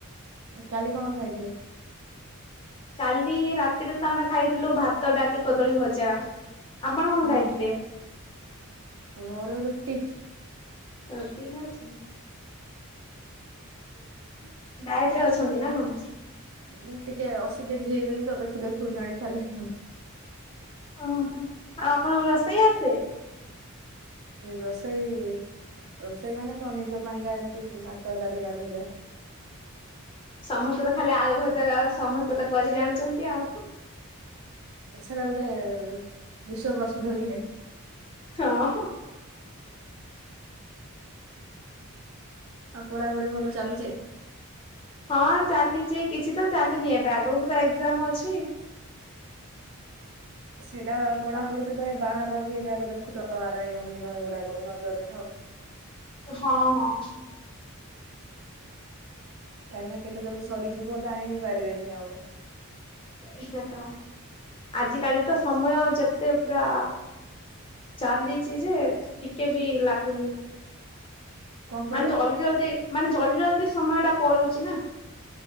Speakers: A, on the right (about 65°); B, on the left (about 25°).
A: କାଲି କଣ ଖାଇଥିଲ?
B: କାଲି ରାତିରେ ତ ଆମେ ଖାଇଥିଲୁ ଭାତ, ଡାଲି, କଦଳୀ ଭଜା। ଆପଣ କଣ
A: ହଁ
B: ଖାଇଥିଲେ?
A: ମୋର ରୁଟି।
B: ରୁଟି ନା ଛେନା
A: <inaudible>
B: ଡାଏଟରେ ଅଛନ୍ତି ନା କଣ?
A: ମୁଁ ଟିକେ ଅଶୀ କେଜି ହେଇଗଲି ତତେ ଦେଖୁ ଜାଣିପାରିଲିନି।
B: ଓହୋ ଆଉ ଆପଣଙ୍କ ରୋଷେଇ ଆସେ?
A: ରୋଷେଇ ରୋଷେଇମାନେ କଣ ନିଜ ପାଇଁକା ଏମତି ଭାତ ଡାଲି ଆଳୁ ଭଜା।
B: ସମସ୍ତେ ତ ଖାଲି ଆଳୁ ଭଜା ସମସ୍ତେ ତ କରି ଜାଣୁଛନ୍ତି ଆଉ।
A: ସେଟା ଗୋଟେ ବିଶ୍ୱ ପ୍ରସିଦ୍ଧ କି ନାହିଁ?
B: ହଁ।
A: ଆଉ ପଢାପଢି ଭଲ ଚାଲୁଛେ?
B: ହଁ ଚାଲିଛି କିଛି ତ ଚାଲିନି ଏବେ ଆଗକୁ ତ ଏକ୍ଜାମ ଅଛି।
A: ସେଇଟା ପଢାପଢି
B: ଆଉ
A: ସହିତ ଏ ବାହାରର ବି ଏ ଯାକ ଦେଖୁ ତ ଆରଇ ଅମିନ ଏଗୁଡାକ ନଜରରେ ଥାଉ।
B: ହଁ ହଁ।
A: କାହିଁକି ନା କେତେ ଜଲଦି ସରିଯିବ ଜାଣିବି ପାରିବେନି ଆଉ।
B: ଏଇଟା ତ ଆଜିକାଲି ତ ସମୟ ଯେତେ ପୁରା ଚାଲିଛି ଯେ ଟିକେ ବି ଲାଗୁନି।
A: କଣ କହିଲେ
B: ମାନେ ଜଲଦି ଜଲଦି ମାନେ ଜଲଦି ଜଲଦି ସମୟ ଟା ପଳଉଛି ନା?